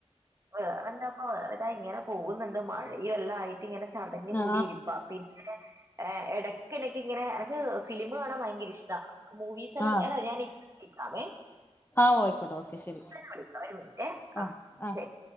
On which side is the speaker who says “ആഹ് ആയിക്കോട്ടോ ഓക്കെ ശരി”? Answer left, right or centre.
Left